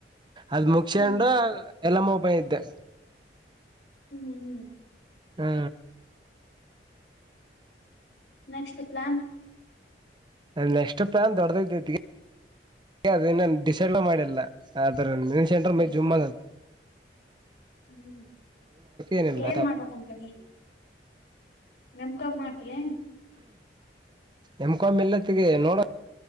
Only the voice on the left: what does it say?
ಹ್ಮ್
ಹ್ಮ್. ಹ್ಮ್
Next plan.
ಹ್ಮ್
ಹ್ಮ್
ಏನ್ ಮಾಡ್ಬೇಕಂತದಿ. ನೆಂ ಕಂ ಮಾಡ್ತಯ ಏನ್.